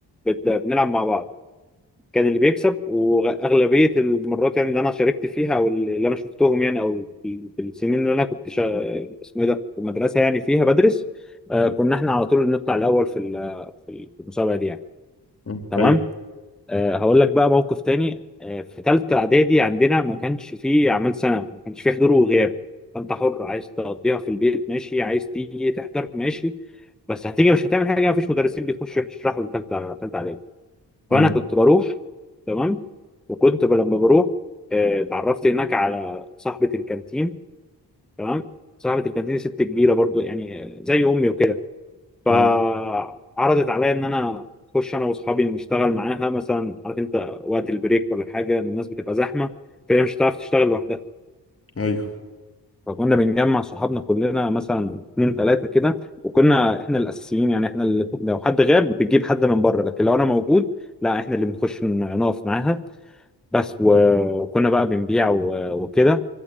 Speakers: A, in the centre; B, on the left (about 35°).
A: بت- بنلعب مع بعض كان اللي بيكسب وأغلبية المرات يعني اللي أنا شاركت فيها أو اللي أنا شفتهم يعني أو في في السنين اللي أنا كنت شا... اسمه إيه ده في المدرسة يعني فيها بدرس آه كنا إحنا على طول نطلع الأول في ال- في المسابقة دي يعني
B: مم.
A: تمام
B: ايوه
A: آه، هقول لك بقى موقف تاني آه، في تالتة إعدادي عندنا ما كانش فيه أعمال سنة ما كانش فيه حضور وغياب فأنت حر عايز تقضيها في البيت ماشي عايز تيجي تحضر ماشي بس هتيجي مش هتعمل حاجة مفيش مدرسين بيخشوا يشرحوا في تالتة تالتة إعدادي
B: مم.
A: فأنا كنت بروح تمام وكنت ب- لما بروح آه، اتعرفت هناك على صاحبة الكانتين تمام صاحبة الكانتين ست كبيرة برضو يعني زي أمي وكده فعرضت
B: ايوه
A: عليا ان انا اخش انا واصحابي نشتغل معاها مثلا عارف انت وقت البريك ولا حاجه الناس بتبقى زحمه فهي مش هتعرف تشتغل لوحدها
B: ايوه
A: فكنا بنجمع صحابنا كلنا مثلا اتنين تلاته كده وكنا احنا الاساسيين يعني احنا اللي لو حد غاب بتجيب حد من بره لكن لو انا موجود لا احنا اللي بنخش نقف معاها بس و- وكنا بقى بنبيع و- وكده